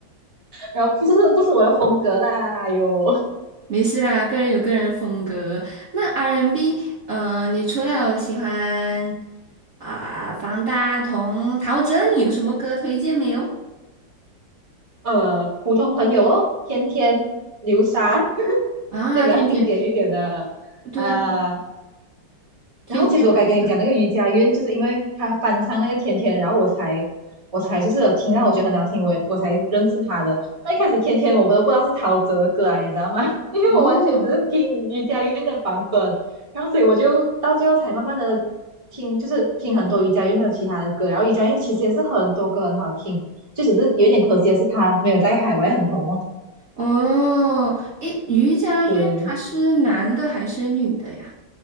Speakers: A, on the right (about 15°); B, on the right (about 45°).
A: 然后不是不是我的风格啦，有
B: 没事啦，个人有个人风格。那 R&B，n 呃，你除了有喜欢啊、方大同、陶喆，你有什么歌推荐没有？
A: 呃普通朋友哦，天天流沙，<laughs>
B: 啊，
A: 对，比较经典一点的啊。
B: 天天，对对，天天我知道。
A: 然后其实我该跟你讲那个瑜伽院，就是因为他翻唱那个天天，然后我才我才就是有听到我觉得很好听，我也我才认识他的。那一开始天天我都不知道是陶喆的歌啊，你知道吗？<laughs> 因为我完全只是听瑜伽院的版本，
B: 哦
A: 然后所以我就到最后才慢慢的听，就是听很多瑜伽院的其他的歌，然后瑜伽院其实也是很多歌很好听，就只是有一点可惜的是他没有在海外很红哦。
B: 哦，诶，于佳韵他是男的还是女的呀？
A: 对，